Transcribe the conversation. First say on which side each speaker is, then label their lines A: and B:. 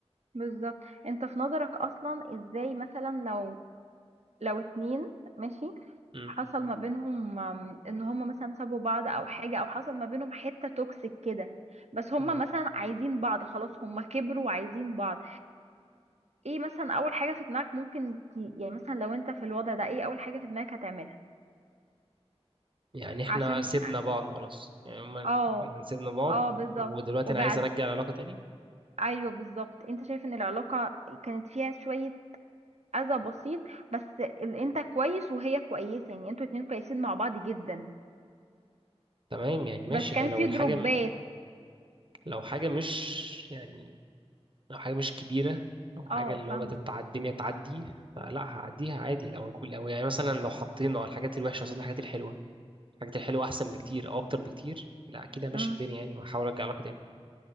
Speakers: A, on the right; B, on the right.
A: بالظبط أنت في نظرك أصلا إزاي مثلا لو لو اتنين ماشي
B: مم.
A: حصل ما بينهم آم، إن هما مثلا سابوا بعض أو حاجة أو حصل ما بينهم حتة توكسيك كده بس هما
B: تمام
A: مثلا عايزين بعض خلاص هما كبروا وعايزين بعض ايه مثلا أول حاجة في دماغك ممكن ت... يعني مثلا لو أنت في الوضع ده ايه أول حاجة في دماغك هتعملها
B: يعني إحنا
A: عشان
B: سيبنا بعض خلاص يعني هما
A: اه
B: إحنا سيبنا بعض
A: اه بالظبط
B: ودلوقتي
A: وبعد
B: أنا عايز أرجع العلاقة تاني
A: ايوه بالظبط انت شايف ان العلاقه كانت فيها شويه اذى بسيط بس ال... انت كويس وهي كويسه يعني انتوا اتنين كويسين مع بعض جدا
B: تمام يعني ماشي
A: بس كان
B: هي لو
A: في
B: الحاجة
A: دروبات
B: لو حاجة مش يعني لو حاجة مش كبيرة أو حاجة
A: اه
B: اللي
A: فاهم
B: هو تتع- الدنيا تعدي فلا هعديها عادي لو يكون لو يعني مثلا لو حطينا الحاجات الوحشة قصاد الحاجات الحلوة الحاجات الحلوة أحسن بكتير أو أكتر بكتير لا أكيد همشي
A: امم
B: الدنيا يعني وهحاول أرجع علاقة تاني